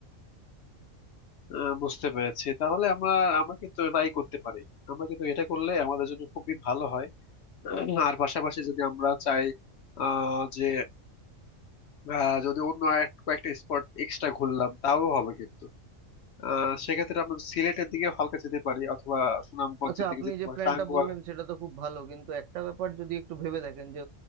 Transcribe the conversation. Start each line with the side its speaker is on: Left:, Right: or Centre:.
Left: আহ, বুঝতে পেরেছি তাহলে আমরা আমরা কিন্তু এটাই করতে পারি আমরা কিন্তু এটা করলে আমাদের জন্য খুবই ভালো হয় আর পাশাপাশি যদি আমরা চাই আহ যে আহ, যদি অন্য আর কয়েকটা স্পট এক্সট্রা ঘুরলাম তাও হবে কিন্তু আহ, সেক্ষেত্রে আমরা সিলেটের দিকে হালকা যেতে পারি অথবা সুনামগঞ্জের
Right: আচ্ছা
Left: দিকে
Right: আপনি
Left: যেতে
Right: যে
Left: পারি
Right: প্ল্যানটা
Left: টাঙ্গুয়ার
Right: বললেন সেটা তো খুব ভালো কিন্তু একটা ব্যাপার যদি একটু ভেবে দেখেন যে